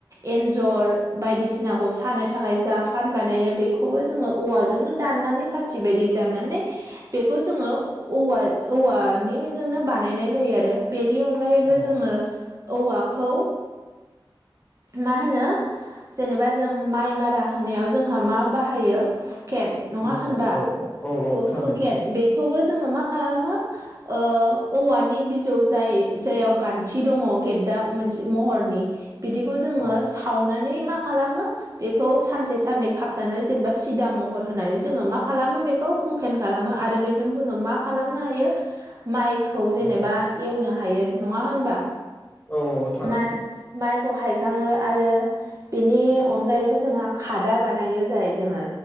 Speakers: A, on the right; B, on the left.
A: एन्जर बायदिसिनाखौ सानो थाखाय जा फान बानायो बेखौबो जोङो औवाजोंनो दाननानै खाथि बायदि दानानै बेखौ जोङो औवा औवानि बाय जोंनो बनाय जायो आरो। बेनि अनगायैबो
B: औ
A: जोङो औवाखौ मा होनो। जेनेबा जों माइ मारा होनायाव जोंहा मा बाहायो हुखेन नङा
B: हुकेन
A: होनबा
B: औ औ औ
A: हु-हुखेन
B: थारैनो
A: बेखौबो जोङो मा खालामो ओ औवानि बिजौ जाय जायाव गान्थि दङ गेददा मोनसे महरनि। बिदिखौ जोङो
B: औ
A: सावनानै मा खालामो बेखौ सानसे साननै खाबथानानै जेनेबा सिदा महर होनानै जोङो मा खालामो बेखौ हुखेन खालामो आरो बेजों जोङो मा खालामनो हायो माइखौ जेनेबा
B: औ
A: एवनो हायो नङा होनबा।
B: औ औ थारैनो।
A: माइ माइखौ हायखाङो आरो बेनि अनगायैबो जोंहा खादा बानायो जाय जोङो